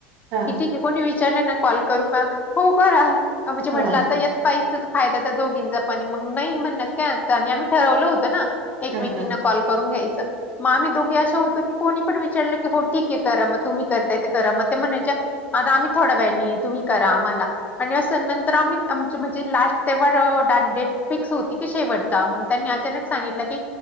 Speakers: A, on the right (about 55°); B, on the left (about 25°).
A: हां
B: की ठीक आहे कोणी विचारलं ना, कॉल करू का, होकरा म्हणजे
A: हां
B: म्हटलं आता <unintelligible> फायदा तर दोघींचा पण, मग नाही म्हणत काय अर्थ, आणि आम्ही ठरवलं होतं ना, एकमेकींना
A: हां हां
B: कॉल करून घ्यायचं, म आम्ही दोघी अशा, होतो की कोणी विचारलं हो ठीक करा, मग तुम्ही करताय करा म ते म्हणायचे आता आम <unintelligible> तुम्ही करा आम्हाला, आणि असं नंतर आम्ही, आमची म्हणजे लास्ट त्यावर डेट, फिक्स होती की शेवट, चा, मग त्यांनी अचानक सांगितलं की